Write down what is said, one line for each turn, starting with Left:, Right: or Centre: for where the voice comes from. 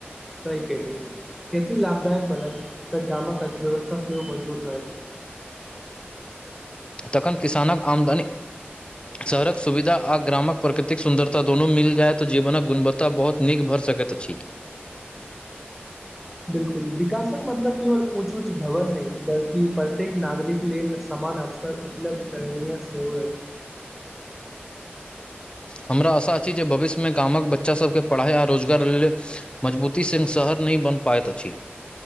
Centre: सही केलियै खेती लाभदायक बनत तऽ गामक अर्थव्यवस्था सेहो मजबूत होयत
Left: तखन किसानक आमदनी शहरक सुविधा आ ग्रामक प्रकृतिक सुन्दरता दुनू मिल जायऽ जीवनक गुणवत्ता तऽ बहुत नीक भरि सकैत अछि
Centre: बिल्कुल विकासक मतलब केवल ऊँच ऊँच भवन नहि बल्कि प्रत्येक नागरिक लेल समान अवस सर उपलब्ध करने य सेव छै
Left: हमरा आशा अछि जे भविष्य मे गामक बच्चा सभके पढ़ाइ आ रोजगार लेल मजबूती सिन शहर नहि बन पायत अछी